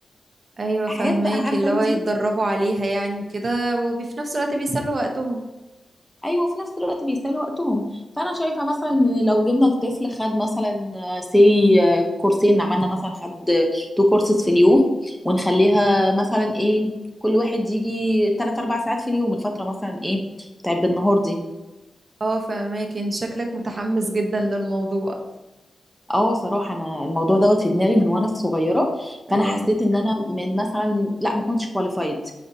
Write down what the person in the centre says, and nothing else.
حاجات بقى عارفه
انت
ايوه وفي نفس الوقت بيسالوا وقتهم فانا شايفه مثلا ان لو جبنا الطفل خد مثلا سي كورسين عملنا مثلا خد تو كورسز في اليوم ونخليها مثلا ايه كل واحد يجي 3 4 ساعات في اليوم الفتره مثلا ايه بتاعت بالنهار دي
اه صراحه انا الموضوع دوت في دماغي من وانا صغيره
فانا حسيت ان انا من مثلا لا ما كنتش كواليفايد